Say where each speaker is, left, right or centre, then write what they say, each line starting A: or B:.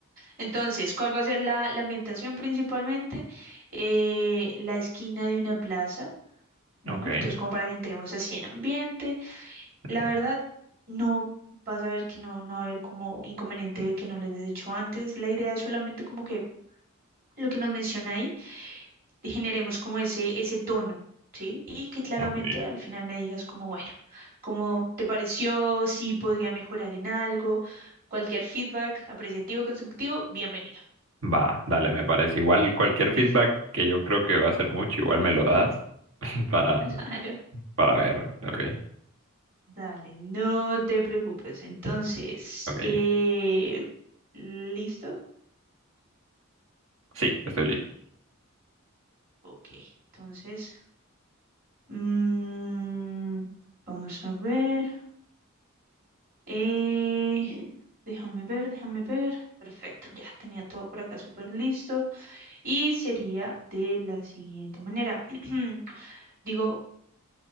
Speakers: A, on the right (about 45°); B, on the right (about 70°).
A: Entonces, ¿cuál va a ser la, la ambientación principalmente? Eh, la esquina de una plaza, bueno,
B: Ok,
A: entonces como para que entremos así en ambiente. La
B: mm,
A: verdad, no vas a ver que no, no va a haber como inconveniente de que no lo hayas hecho antes. La idea es solamente como que lo que nos menciona ahí generemos como ese, ese tono, ¿sí? Y que claramente
B: ok.
A: al final me digas como, bueno, ¿cómo te pareció? Si podría mejorar en algo, cualquier feedback apreciativo, constructivo, bienvenido.
B: Va, dale, me parece. Igual cualquier
A: Ok,
B: feedback que yo creo que va a ser mucho, igual me lo das <laughs> para,
A: <laughs> claro.
B: para ver. Ok,
A: Dale, no te preocupes. Entonces,
B: ok.
A: eh, ¿listo?
B: Sí, estoy listo.
A: Ok, entonces, mm, vamos a ver. Eh, déjame ver, déjame ver. Perfecto, ya tenía todo por acá súper listo. Y sería de la siguiente manera. <clears throat> Digo